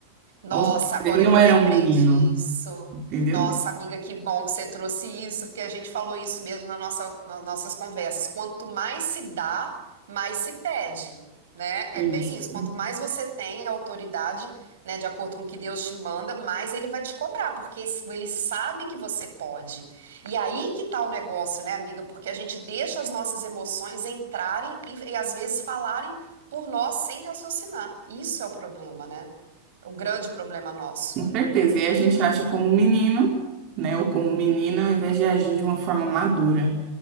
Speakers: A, on the right (about 60°); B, on the right (about 40°).
A: Nossa,
B: Ou seja,
A: agora
B: ele não
A: que eu
B: era
A: lembrei
B: um menino,
A: disso.
B: entendeu?
A: Nossa, amiga, que bom que você trouxe isso, porque a gente falou isso mesmo na nossa, nas nossas conversas. Quanto mais se dá, mais se pede, né? É
B: Isso.
A: bem isso. Quanto mais você tem autoridade, né, de acordo com o que Deus te manda, mais ele vai te cobrar, porque ele sabe que você pode. E aí que tá o negócio, né, amiga? Porque a gente deixa as nossas emoções entrarem e, e às vezes falarem por nós sem raciocinar. Isso é o problema, né? É o grande problema nosso.
B: Com certeza. E aí a gente age como menino, né? Ou como menina, ao invés de agir de uma forma madura.